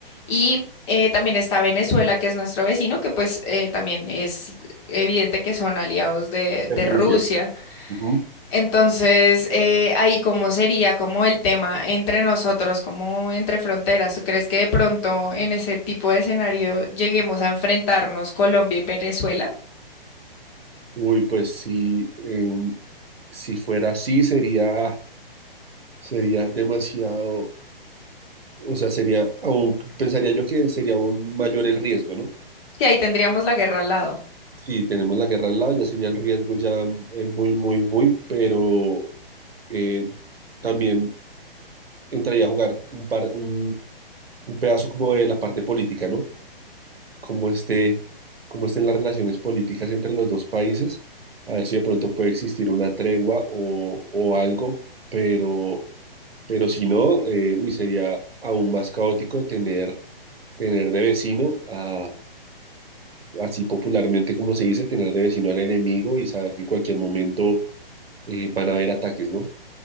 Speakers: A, on the left; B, on the right.
A: y eh, también está Venezuela, que es nuestro vecino, que pues eh, también es evidente que son aliados de, de
B: Renuncia.
A: Rusia.
B: Ujú.
A: Entonces, eh, ahí cómo sería como el tema entre nosotros, como entre fronteras. ¿Tú crees que de pronto en ese tipo de escenario lleguemos a enfrentarnos Colombia y Venezuela?
B: Uy, pues si, em, si fuera así sería, sería demasiado, o sea, sería, aún pensaría yo que sería aún mayor el riesgo, ¿no?
A: Sí, ahí tendríamos la guerra al lado.
B: Si tenemos la guerra al lado, ya sería el riesgo ya eh, muy, muy, muy, pero eh, también entraría a jugar un, par, un, un pedazo como de la parte política, ¿no? cómo esté, cómo estén las relaciones políticas entre los dos países, a ver si de pronto puede existir una tregua o, o algo, pero, pero si no, eh, uy, sería aún más caótico tener, tener de vecino a, así popularmente como se dice, tener de vecino al enemigo y saber que en cualquier momento eh, van a haber ataques, ¿no?